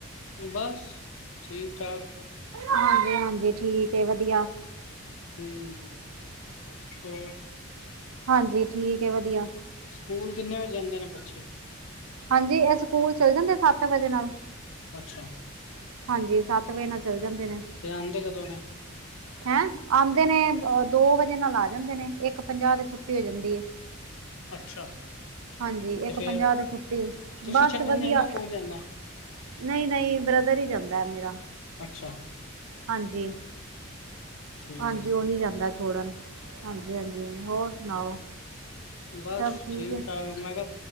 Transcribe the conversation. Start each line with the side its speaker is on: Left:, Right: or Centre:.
Left: ਬਸ ਠੀਕ ਠਾਕ।
Right: ਹਾਂਜੀ-ਹਾਂਜੀ ਠੀਕ ਏ, ਵੱਦੀਆ।
Left: ਹੂੰ, ਹੋਰ?
Right: ਹਾਂਜੀ ਠੀਕ ਏ, ਵੱਦੀਆ।
Left: ਸਕੂਲ ਕਿੰਨੇ ਵਜੇ ਜਾਂਦੇ ਨੇ ਬੱਚੇ?
Right: ਹਾਂਜੀ, ਏਹ ਸਕੂਲ ਚਲੇ ਜਾਂਦੇ ਸਾਤ ਵਜੇ ਨਾਲ।
Left: ਅੱਛਾ।
Right: ਹਾਂਜੀ, ਸੱਤ ਵਏ ਨਾਲ ਚੱਲ ਜਾਂਦੇ ਨੇ।
Left: ਤੇ ਆਂਦੇ ਕਦੋਂ ਨੇ?
Right: ਹੈਂ? ਆਂਦੇ ਨੇ, ਅਹ ਦੋ ਵਜੇ ਨਾਲ ਆ ਜਾਂਦੇ ਨੇ, ਏਕ ਪੰਜਾਅ ਤੇ ਛੁੱਟੀ ਹੋ ਜਾਂਦੀ ਏ।
Left: ਅੱਛਾ
Right: ਹਾਂਜੀ,
Left: ਤੇ
Right: ਏਕ
Left: ਫੇਰ
Right: ਪੰਜਾਅ ਤੇ ਛੁੱਟੀ,
Left: ਤੁਸੀਂ
Right: ਬਸ
Left: ਛੱਡਣ
Right: ਵੱਦੀਆ।
Left: ਜਾਂਦੇ ਹੋ ਕੌਣ ਜਾਂਦਾ
Right: ਨਈ-ਨਈ, ਬ੍ਰਦਰ ਈ ਜਾਂਦਾ ਮੇਰਾ।
Left: ਅੱਛਾ।
Right: ਹਾਂਜੀ,
Left: ਠੀਕ
Right: ਹਾਂਜੀ ਔਹ ਜਾਂਦਾ ਏ ਛੋੜਨ। ਹਾਂਜੀ-ਹਾਂਜੀ, ਹੋਰ ਸੁਣਾਓ?
Left: ਹੈ ਬਸ
Right: ਸਭ ਠੀਕ ਏ?
Left: ਠਾਕ ਮੈਂ ਕੇਆ